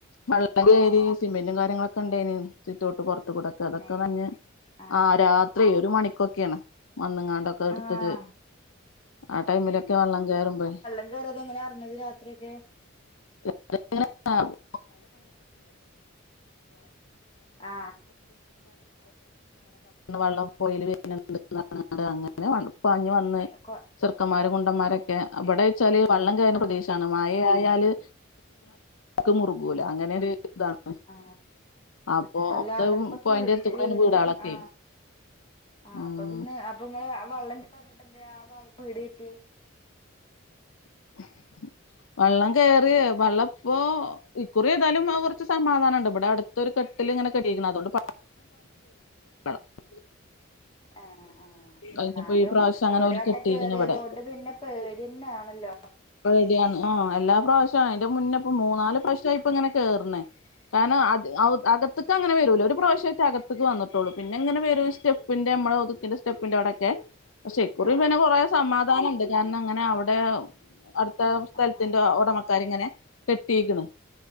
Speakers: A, on the left; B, on the left.
A: വള്ളം കേരി സിമെന്റും കാര്യങ്ങളൊക്കെണ്ടായന് സിറ്റോട്ട് പൊർത്ത്ക്കൂടൊക്കെ അതൊക്കെ
B: മേ
A: നൻഞ്ഞ്
B: ആഹ്
A: ആ രാത്രി ഒരു മണിക്കൊക്കെണ് വന്ന്ങ്ങാണ്ട് പ്പൊ അട്ത്തൊര്
B: ആഹ്
A: ആ ടൈമിലൊക്കെ വെള്ളം കേയറുമ്പഴേ
B: ള്ളം കേറിയേത് എങ്ങനെ അറിഞ്ഞത് രാത്രിയൊക്കെ
A: <inaudible> <inaudible> വിൾച്ച് <unintelligible>
B: ആ
A: വള്ളം പൊയേ ല് വര്ന്ണ്ട് അങ്ങനെ പാഞ് വന്ന്
B: <inaudible>
A: ചെർക്കമ്മാര് കുണ്ടന്മാരൊക്കെ
B: ഏ
A: വടെച്ചാല് വള്ളം കേറുന്ന
B: ആ
A: പ്രദേശാണ് മയയാല്
B: ആ
A: <inaudible> അങ്ങനൊരു ഇതാണ്
B: ആ
A: അപ്പൊ
B: അല്ല
A: ഒക്കെ
B: എന്നിട്ടിപ്പ
A: പൊയന്റെ
B: വീ
A: എട്ത്തുകൂടാണെ
B: വീട്
A: വീടാളൊക്കെ
B: ആ ആ
A: ആഹ്
B: അപ്പൊ പിന്നെ അപ്പൊങ്ങള് വള്ളം <unintelligible> പർഞ്ട്ടെന്തെ അ ഭാഗം വീട് കേറ്റി
A: <inaudible> വള്ളം കേറി വള്ളംപ്പോ ഇക്കുറി ഏതായാലും കൊർച്ച് സമാധാനണ്ട് ഇവടെ അട് തൊരു കെട്ടില്ങ്ങനെ കെട്ടീക്ക്ണ് അതോണ്ട് <unintelligible>
B: ആ ആ
A: കഴിഞ്ഞപ്പോ
B: ന്നാലും
A: ഈ പ്രാവശ്യം അങ്ങനെ
B: ഒരു
A: ഓല്
B: വട്ടം
A: കെട്ടിക്ക്ണ്
B: കേറിയേതോണ്ട്
A: ഇവിടെ
B: പിന്നെ പേടിന്നാണല്ലോ
A: പേടിയാണ് ആ എല്ലാ പ്രാശ്യം അയ്ന്റെ മുന്നെപ്പോ മൂന്നാല് പ്രാശ്യായി ഇപ്പങ്ങനെ കേറ്ന് കാരണം അത് അകത്ത്ക്കങ്ങനെ വരൂല ഒരു പ്രാശ്യേറ്റം അകത്ത്ക്ക് വന്ന്ട്ടൊള്ളൂ പിന്നെങ്ങനെ വെരും സ്റ്റെപ് പ്പിന്റെ മ്മള് ഒതുക്കിന്റെ സ്റ്റെപ്പിന്റടൊക്കെ ക്ഷേ ഇക്കുറി
B: ആ ആ
A: പിന്നെ കൊറെ സമാധാനണ്ട് കാരണം അങ്ങനെ അവടെ അട് ത്തെ സ്ഥലത്തിന്റെ
B: ആ
A: ഒടമക്കാര്ങ്ങനെ കെട്ടിക്ക്ണ്